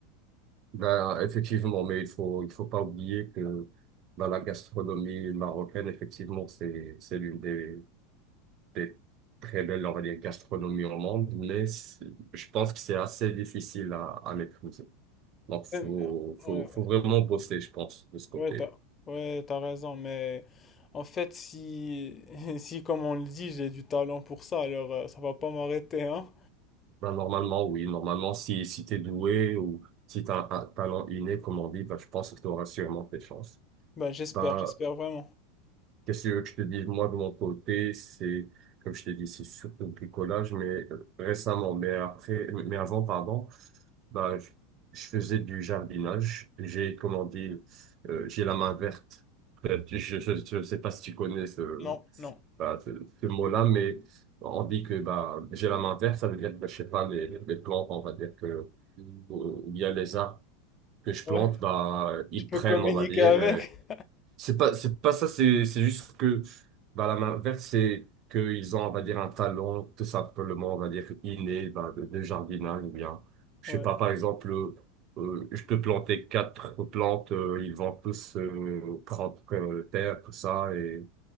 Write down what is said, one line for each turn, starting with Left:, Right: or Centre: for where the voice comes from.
Right: Ben, effectivement, mais il faut, il faut pas oublier que ben, la gastronomie marocaine, effectivement, c'est, c'est l'une des, des très belles, on va dire, gastronomies au monde, mais c'est- je pense que c'est assez difficile à, à maîtriser. Donc, faut,
Left: Euh, Ouais,
Right: faut, faut vraiment bosser, je pense, de ce côté.
Left: ouais, t'as, ouais, t'as raison, mais en fait, si, <laughs> si comme on le dit, j'ai du talent pour ça, alors euh, ça va pas m'arrêter, hein.
Right: Ben, normalement, oui, normalement, si, si t'es doué ou si t'as un talent inné, comme on dit, ben, je pense que tu auras sûrement tes chances.
Left: Bah, j'espère,
Right: Ben,
Left: j'espère vraiment.
Right: Qu'est-ce que tu veux que je te dis, moi, de mon côté, c'est, comme je t'ai dit, c'est surtout le bricolage, mais euh, récemment, mais après, mais avant, pardon, bah, je, je faisais du jardinage. J'ai, comment dire, euh, j'ai la main verte. <laughs> Euh, tu- Je, je, je sais pas si tu connais ce,
Left: Non, non.
Right: bah, ce, ce mot-là, mais on dit que, bah, j'ai la main verte, ça veut dire, que, bah, je sais pas, les, les plantes, on va dire que, ou ou bien les arbres que je plante,
Left: Ouais,
Right: bah, ils
Left: tu peux
Right: prennent,
Left: communiquer
Right: on va dire,
Left: avec.
Right: c'est pas, c'est pas ça, c'est, c'est juste que bah, la main verte, c'est qu'ils ont, on va dire, un talent tout simplement, on va dire, inné bah, de, de jardinage ou bien, je
Left: Ouais,
Right: sais pas, par exemple, euh, euh, je peux planter quatre plantes, euh, ils vont tous euh, prendre euh, terre, tout ça, et,